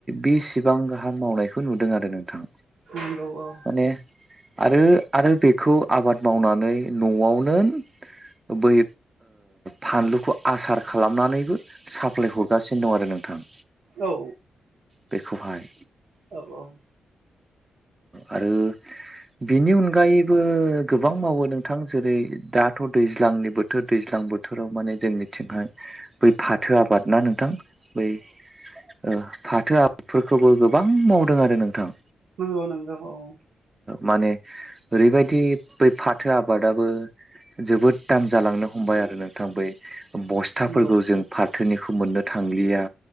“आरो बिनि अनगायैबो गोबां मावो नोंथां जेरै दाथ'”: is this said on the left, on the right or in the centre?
Right